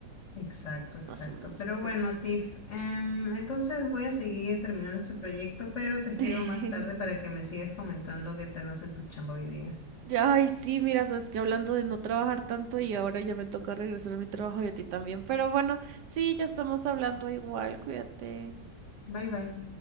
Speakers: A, on the left (about 45°); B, on the right (about 70°).
A: Exacto, exacto.
B: más o menos,
A: Pero
B: pero...
A: bueno, Tiff, em, entonces voy a seguir terminando este proyecto, pero te escribo
B: <laughs>
A: más tarde para que me sigas comentando qué tal vas en tu chamba hoy día.
B: Ay, sí, mira, sabes que hablando de no trabajar tanto y ahora ya me toca regresar a mi trabajo y a ti también. Pero bueno, sí, ya estamos hablando igual, cuídate.
A: Bye bye.